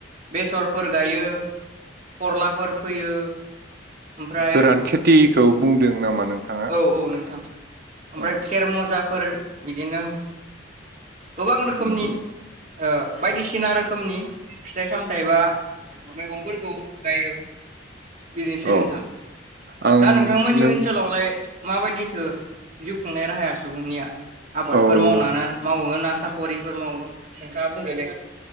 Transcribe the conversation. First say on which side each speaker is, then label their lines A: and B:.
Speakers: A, on the right; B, on the right.
A: बेसरफोर गायो खरलाफोर फोयो। ओमफ्राय
B: गोरान खेतिखौ बुंदों नामा नोंथाङा?
A: औ औ नोंथां। ओमफ्राय
B: औ
A: खेर मुजा फोर बिदिनो गोबां रोखोमनि
B: उम
A: ओ बायदिसिना रोखोमनि फिथाइ सामथायाइ बा मैगंफोरखौ गायो। बिदिनोसै
B: औ
A: नोंथां।
B: आं
A: दा नोंथांमोननि
B: नों
A: ओनसोलावलाय माबायदिथो जिउ खुंनाय राहाया सुबुंनिया? आबादफोर
B: औ
A: मावनानै मावो ना साकरिफोर मावो नोंथाङा बुंदो दे।